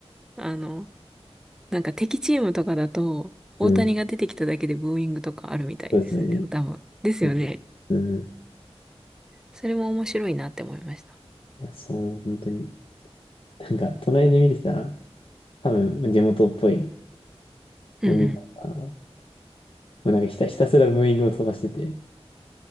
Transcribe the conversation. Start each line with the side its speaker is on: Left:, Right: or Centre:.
Centre: あの、なんか敵チームとかだと、大谷が出てきただけでブーイングとかあるみたいですね。
Left: うん、そうですね。
Centre: 多分。ですよね。
Left: うん、うん。
Centre: それも面白いなって思いました。
Left: いや、そう、本当に。なんか、隣で見てた、多分、地元っぽい
Centre: うんう
Left: お兄さんが、もうなんかひた、ひたすらブーイングを飛ばしてて、